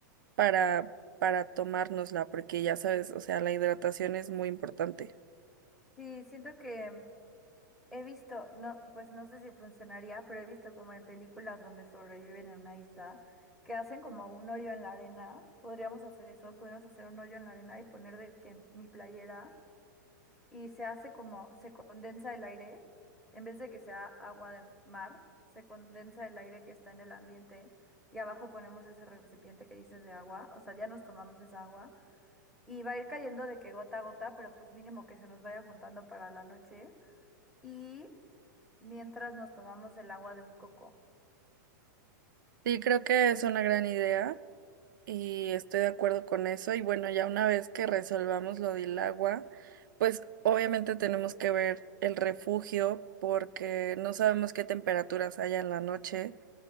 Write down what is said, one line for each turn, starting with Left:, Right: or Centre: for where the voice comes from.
Right: para para tomárnosla, porque ya sabes, o sea, la hidratación es muy importante.
Centre: Sí, siento que he visto, no, pues no sé si funcionaría, pero he visto como en películas donde sobreviven en una isla que hacen como un hoyo en la arena. Podríamos hacer eso, podríamos hacer un hoyo en la arena y poner de que mi playera. y se hace como, se condensa el aire, en vez de que sea agua de mar, se condensa el aire que está en el ambiente y abajo ponemos ese recipiente que dices de agua, o sea, ya nos tomamos esa agua y va a ir cayendo de que gota a gota, pero pues mínimo que se nos vaya juntando para la noche y mientras nos tomamos el agua de un coco.
Right: Sí, creo que es una gran idea. Y estoy de acuerdo con eso. Y bueno, ya una vez que resolvamos lo del agua, pues obviamente tenemos que ver el refugio porque no sabemos qué temperaturas haya en la noche.